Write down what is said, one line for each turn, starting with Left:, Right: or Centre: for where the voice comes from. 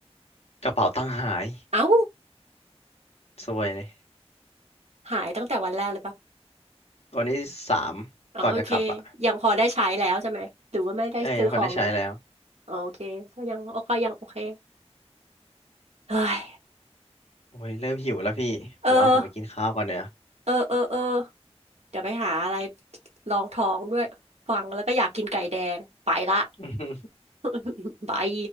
Left: กระเป๋าตังค์หาย
Right: เอ้า
Left: ซวยเลย
Right: หายตั้งแต่วันแรกเลยปะ
Left: วันที่สามก่อนจะกลับอ่ะ
Right: อ๋อโอเคยังพอได้ใช้แล้วใช่ไหมหรือว่าไม่ได้ซื้อของเลย
Left: เอ้ยยังพอได้ใช้แล้ว
Right: อ๋อโอเคก็ยังโอเคยังโอเคเฮ้ย
Left: โอ้ยเริ่มหิวแล้วพี่ผมว่าผมไปกินข้าวก่อนเนี่ย
Right: เออเออเออเออ เดี๋ยวไปหาอะไรรองท้องด้วยฟังแล้วก็อยากกินไก่แดงไปละ
Left: <laughs>
Right: <laughs> บาย